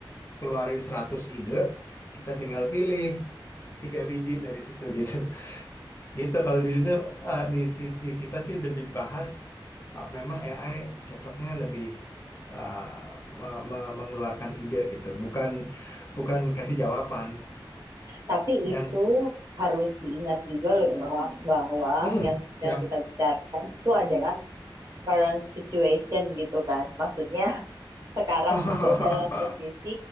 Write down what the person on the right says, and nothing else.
Tapi
itu harus diingat juga loh bahwa, bahwa
yang sedang
kita bicarakan itu adalah current situation gitu kan. Maksudnya <laughs> sekarang
itu dalam posisi